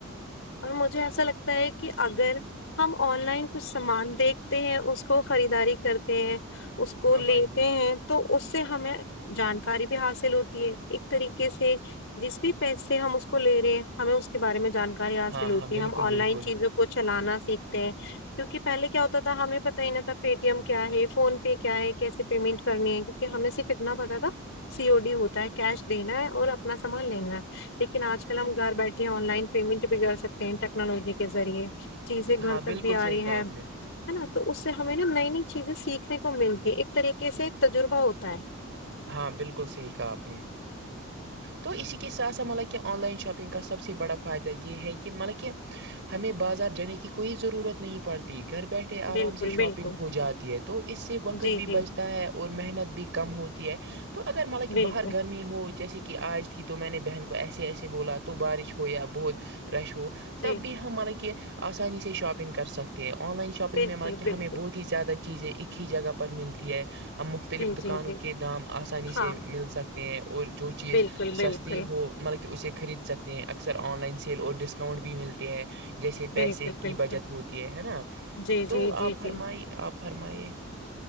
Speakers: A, on the left (about 65°); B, on the right (about 60°).
A: اور مجھے ایسا لگتا ہے کہ اگر ہم آن لائن کچھ سامان دیکھتے ہیں اس کو خریداری کرتے ہیں اس کو
B: ہاں
A: لیتے
B: بھائی ہاں
A: ہیں تو اس سے ہمیں جانکاری بھی حاصل ہوتی ہے ایک طریقے سے جس بھی پیسے ہم اس کو لے رہے ہیں ہمیں اس کے بارے میں جانکاری حاصل
B: ہاں
A: ہوتی
B: ہاں
A: ہے
B: بالکل
A: ہم آن لائن
B: بالکل
A: چیزوں کو کو چلانا سیکھتے ہیں کیوںہ پہلے کیا ہوتا تھا ہمیں پتا ہی نہ تھا پے ٹی ایم کیا ہے فون پے کیا ہے کیسے پیمنٹ کرنی ہے کہ ہمیں صرف اتنا پتا تھا سی او ڈی ہوتا ہے کیش دینا ہے اور اپنا سامان لینا ہے لیکن آج کل ہم گھر بیٹھے آن لائن پیمنٹ بھی کر سکتے ہیں ٹیکنالوجی کے ذریعے چیزیں گھر
B: ہاں
A: تک
B: بالکل
A: بھی آ
B: صحیح
A: رہی ہیں
B: کہا آپ نے
A: ہے نا تو اس سے ہمیں نا نئی نئی چیزیں سیکھنے کو ملتی ایک طریقے سے تجربہ ہوتا ہے
B: ہاں بالکل صحیح کہا آپ نے تو اسی کے ساتھ سھ مطلب کہ آن لائن شاپنگ کا سب سے بڑا فائدہ یہ ہے کہ مطلب کہ ہمیں بازار جانے کی کوئی ضرورت نہیں پڑتی گھر بیٹھے
A: بالکل
B: آرام سے شاپنگ
A: بالکل
B: ہو جاتی ہے تو اس سے وقت
A: جی
B: بھی
A: جی
B: بچتا ہے اور محنت بھی کر کم ہوتی ہے تو اگر مطلب کہ
A: بالکل
B: باہر گرمی ہو ہو جیسے کہ آج تھی تو میں نے بہن کو ایسے ایسے بولا تو بارش ہو یا بہت رش ہو تب
A: جی
B: بھی ہم مطلب کہ آسانی سے شاپنگ کر سکتے ہیں آن لائن شاپنگ
A: بالکل
B: میں مطلب کہ
A: بالکل
B: ہمیں بہت ہی زیادہ چیزیں ایک ہی جگہ پر ملتی ہے ہم مختلف
A: جی
B: دکانوں
A: جی جی
B: کے دام آسانی
A: ہاں
B: سے مل سکتے ہیں اور جو چیز
A: بالکل
B: سستی
A: بالکل
B: ہو مطلب کہ اسے خرید سکتے ہیں اکثر آن لائن سیل اور ڈسکاؤنٹ بھی ملتے ہیں جیسے پیسے
A: بالکل
B: کی
A: بالکل
B: بچت ہوتی ہے ہے نا
A: جی
B: تو
A: جی جی
B: آپ
A: جی
B: فرمائی آپ فرمائیے